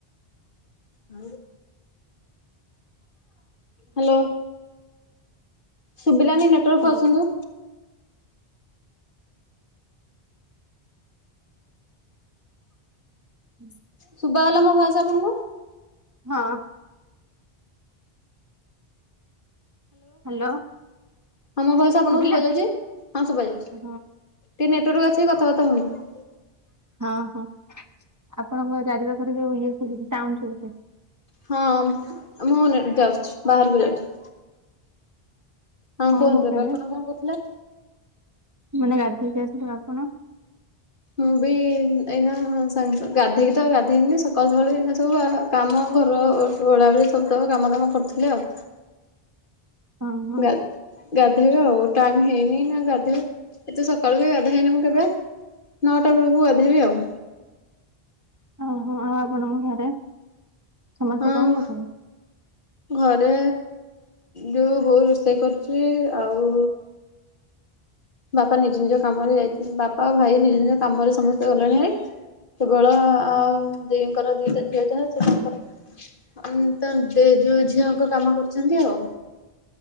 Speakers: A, on the left; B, on the right.
A: <unintelligible> ହ୍ୟାଲୋ। ଶୁଭିଲାନି ନେଟୱାର୍କକୁୁ
B: ହଁ।
A: ଆସନ୍ତୁ।
B: <inaudible>
A: ଶୁଭା ଗଲା ମୋ ଭଏସ ଆପଣଙ୍କୁ?
B: ହଁ। ହ୍ୟାଲୋ।
A: ହଁ ମୋ ଭୟସ ଆପଣଙ୍କୁ
B: ଶୁଭିଲା
A: ଶୁଭା ଯାଉଛି ହଁ ଶୁଭଯାଉଛି। ଟିକେ
B: ହଁ
A: ନେଟୱାର୍କୁ ଆସିକି କଥାବାର୍ତା ହୁଅନ୍ତୁ।
B: ହଁ ହଁ ଆପଣଙ୍କ ଚାରି ପାଖରେ ଯୋଉ ଇଏ ଶୁଭୁଛି ଟାଉନ୍ ସବୁ
A: ହଁ ମୁଁ ନ ଯାଉଛି ବାହାରକୁ ଯାଉଛି। ହଁ
B: କଣ
A: କୁହନ୍ତୁ
B: କରୁଛନ୍ତି
A: ଏବେ ଆପଣ କଣ କହୁଥିଲେ?
B: ମାନେ ଗାଧୋଇକି ଆସିଲେ ଆପଣ?
A: ମୁଁ ବି ଏଇନା ସାଙ୍ଗ ଗାଧେଇକି ତ ଗାଧେଇନି ସକାଳୁ ସକାଳୁ ଏଇନା ସବୁ ଆଉ କାମ ଘର ଓଳାଓଳି ସବୁ ତ କାମ ଦାମ କରୁଥିଲେ ଆଉ।
B: ହଁ ହଁ
A: ଗା ଗାଧେଇବ ଆଉ ଟାଇମ ହେଇନି ନା ଗାଧେଇବ ଏତେ ସକାଳୁ ବି ଗାଧଇନି ମୁଁ କେବେ। ନଅଟା ବେଳକୁ ଗାଧେଇବି ଆଉ
B: ଓ ହୋ ଆଉ ଆପଣଙ୍କ ଘରେ ସମସ୍ତେ
A: ହଁ
B: କଣ କରୁଛନ୍ତି?
A: ଘରେ ଯୋଉ ବୋଉ ରୋଷେଇ କରୁଛି ଆଉ ବାପା ନିଜ ନିଜ କାମରେ ଯାଇଛନ୍ତି ବାପା ଆଉ ଭାଇ ନିଜ ନିଜ କାମରେ ସମସ୍ତେ ଗଲେଣି ହେରି। କେବଳ ଆଉ ଦିଙ୍କର ଦିଟା ଝିଅ ଯାହା ସେ ତାଙ୍କର ଅ ନ୍ତ ତ ଯୋଉ ଝିଅଙ୍କ କାମ କରୁଛନ୍ତି ଆଉ